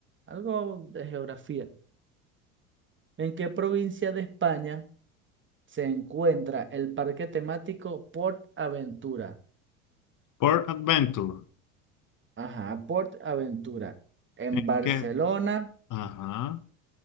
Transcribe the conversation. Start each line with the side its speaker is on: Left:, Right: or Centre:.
Right: algo de geografía. ¿En qué provincia de España se encuentra el parque temático Port Aventura?
Left: Port Adventure.
Right: Ajá, Port Aventura. ¿En
Left: ¿En
Right: Barcelona,
Left: qué? Ajá.